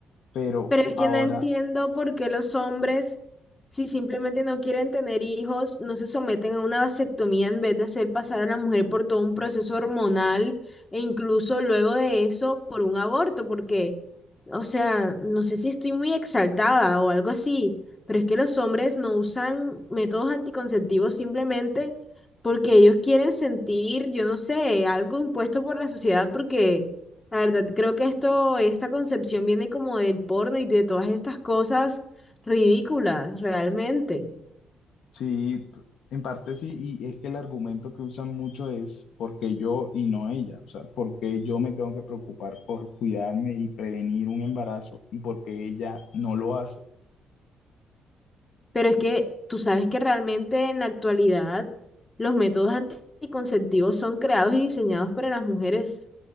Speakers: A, on the left (about 75°); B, on the left (about 25°).
A: Pero
B: Pero es
A: ahora,
B: que no entiendo por qué los hombres, si simplemente no quieren tener hijos, no se someten a una vasectomía en vez de hacer pasar a la mujer por todo un proceso hormonal e incluso luego de eso por un aborto, porque, o sea, no sé si estoy muy exaltada o algo así, pero es que los hombres no usan métodos anticonceptivos simplemente porque ellos quieren sentir, yo no sé, algo impuesto por la sociedad porque... La verdad, creo que esto, esta concepción viene como del porno y de todas estas cosas ridículas, realmente.
A: sí, en parte sí, y es que el argumento que usan mucho es porque yo y no ella, o sea, porque yo me tengo que preocupar por cuidarme y prevenir un embarazo y porque ella no lo hace.
B: Pero es que tú sabes que realmente en la actualidad los métodos anticonceptivos son creados y diseñados para las mujeres,